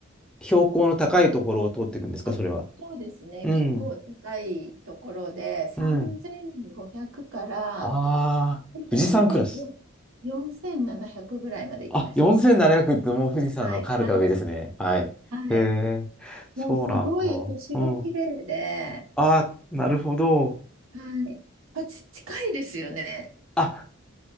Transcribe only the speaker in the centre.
標高の高いところを通っていくんですか、
それは。うん、
うん。ああ、
富士山クラス。あ、4700ってもう富士山のはか上ですね。
はい。
へえ、そうなんだ。
うん。あ、なるほど。
あ